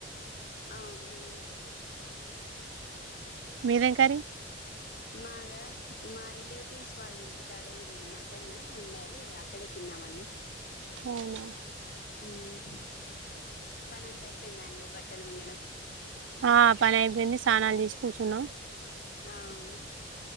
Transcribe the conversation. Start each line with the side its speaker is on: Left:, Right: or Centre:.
Left: అవునండి.
Right: మీదేమ్ కర్రీ?
Left: మాదా? మా రిలేటివ్స్ వాళ్ళ ఇంటి కాడ, ఈ రోజు మటన్ వండారు అక్కడే తిని తిన్నామండి.
Right: మ్!
Left: హ్మ్ హు! పనంత అయిపోయిందా అండి? బట్టలు పిండడం.
Right: ఆ పని అయిపోయింది స్నానాలు చేసి కూర్చున్నాం
Left: అవునా?